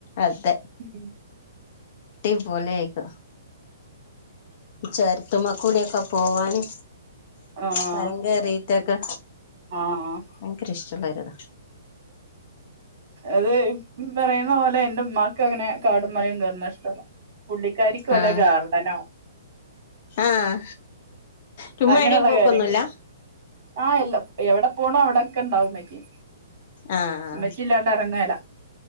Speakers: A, on the left (about 30°); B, on the right (about 35°).
A: അതെ.
B: ഉം.
A: ടിപൊളായികു ചോരതമ്മേ കൂഡ്യോക്കെ പോവാന്.
B: ആഹ്.
A: ചൊരം കേറീറ്റൊക്കെ
B: ആഹ്
A: ഭയങ്കര ഇഷ്ടള്ളെ കാര്യാണ്.
B: അയ് പറയുന്ന പോലെ ഇന്റെ ഉമ്മാക്ക് അങ്ങനെ കാടുംമലയും കേർണതിഷ്ടല്ല. പുള്ളിക്കാരിക്ക് വല്ല
A: ആഹ്
B: ഗാർഡനോ.
A: ആഹ്. ചുമ്മാ
B: അങ്ങനെയുള്ള
A: എവിടെയും പോക്കൊന്നുല്ല
B: കാര്യം ആ എല്ല എവിടെ പോണോ അവിടൊക്കെണ്ടാവുംമ്മച്ചി.
A: ആഹ്
B: മെച്ചില്ലാണ്ടറങേല.